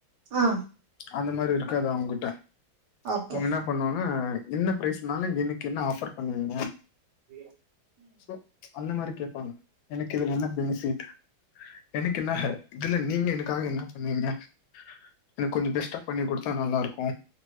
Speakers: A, on the right; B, on the left.
A: ஆ
B: அந்த மாரி இருக்காது அவுங்க்கிட்ட
A: ஓகே.
B: அவுங்க என்ன பண்ணுவாங்க என்ன பிரைஸ்னாலு எனக்கு என்ன ஆஃபர் பண்ணுவீங்க
A: பீன்
B: சோ அந்த மாரி கேப்பாங்க எனக்கு இதுல என்ன பென்ஃபிட் எனக்கு என்ன ஹ இதுல நீங்க எனக்காக என்ன பண்ணுவீங்க எனக்கு கொஞ்சோ பெஸ்ட்டா பண்ணி குடுத்தா நல்லாருக்கூ